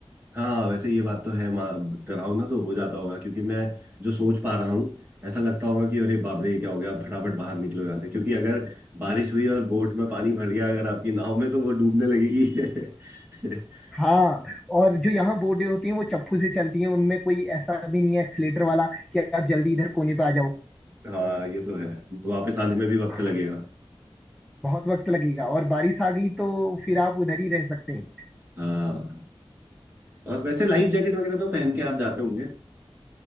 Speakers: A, on the right (about 20°); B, in the centre.
A: हाँ वैसे ये बात तो है माँ कराओ ना तो हो जाता होगा क्योंकि मैं जो सोच पा रहा हूँ ऐसा लगता होगा कि अरे बाप रे क्या हो गया फटाफट बाहर निकलो यहाँ से क्योंकि अगर बारिश हुई और बोट में पानी भर गया अगर आपकी नाव में तो वो डूबने लगेगी <laughs>
B: हाँ और जो यहाँ बोटें होती हैं वो चप्पू से चलती हैं उनमें कोई ऐसा भी नहीं है एक्सीलेटर वाला कि आप जल्दी इधर कोने पे आ जाओ
A: हाँ ये तो है वापस आने में भी वक्त
B: हाँ
A: लगेगा
B: बहुत वक्त लगेगा और बारिश आ गई तो फिर आप उधर ही रह सकते हैं
A: हाँ और वैसे लाइफ जैकेट वगैरह तो पहन के आप जाते होंगे